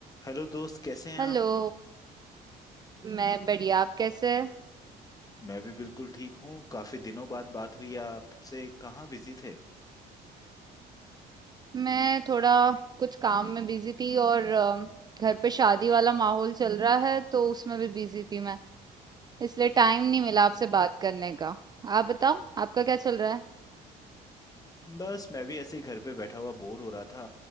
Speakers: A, on the left; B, on the right.
A: Hello दोस्त कैसे हैं
B: Hello
A: आप
B: मैं बढ़िया आप कैसे हैं
A: मैं भी बिल्कुल ठीक हूँ काफी दिनों बाद बात हुई आपसे कहाँ बिजी थे
B: मैं थोड़ा कुछ काम में बिजी थी और अम, घर पे शादी वाला माहौल चल रहा है तो उसमें भी बिजी थी मैं इसलिए टाइम नहीं मिला आपसे बात करने का आप बताओ आपका क्या चल रहा है
A: बस मैं भी ऐसे ही घर पे बैठा हुआ बोर हो रहा था